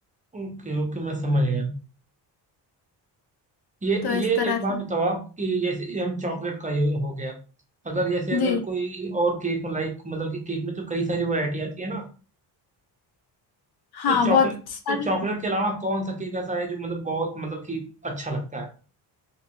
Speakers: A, on the right (about 20°); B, on the left (about 65°).
A: ओके ओके मैं समझ गया ये
B: तो इस
A: ये
B: तरह
A: एक बात
B: से
A: बताओ आप कि जैसे ये हम चॉकलेट का ये हो गया अगर जैसे अगर
B: जी
A: कोई और केक लाइक मतलब कि केक में तो कई सारी वैरायटी आती है ना
B: हाँ
A: तो चॉकलेट
B: बहुत सारी
A: तो चॉकलेट के अलावा कौन सा केक ऐसा है जो मतलब बहुत मतलब कि अच्छा लगता है